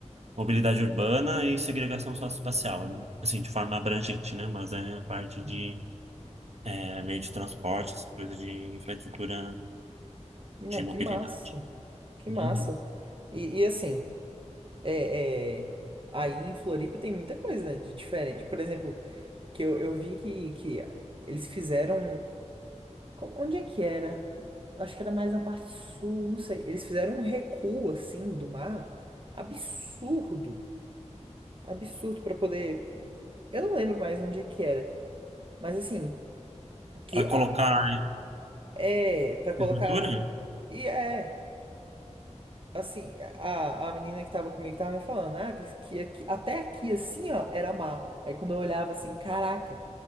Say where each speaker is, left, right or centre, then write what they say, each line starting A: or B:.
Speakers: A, on the right; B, on the right.
A: mobilidade urbana e segregação socioespacial, assim, de forma abrangente, né? Mas é a parte
B: Uhum.
A: de é, meio de transporte, essa coisa de infraestrutura
B: Não,
A: de mobilidade.
B: que massa. Que
A: Uhum.
B: massa. e e assim. É, é, aí em Floripa tem muita coisa de diferente. Por exemplo, que eu, eu vi que, que eles fizeram. co- Onde é que era? Acho que era mais na parte sul, não sei. Eles fizeram um recuo assim do mar absurdo. Absurdo para poder. Eu não lembro mais onde é que era. Mas assim, que
A: Para colocar
B: a-
A: a
B: é para colocar.
A: infraestrutura?
B: E é. Assim, a, a menina que tava comigo tava me falando, ah, que, que aqui- até aqui, assim, ó, era mar. Aí quando eu olhava assim, caraca,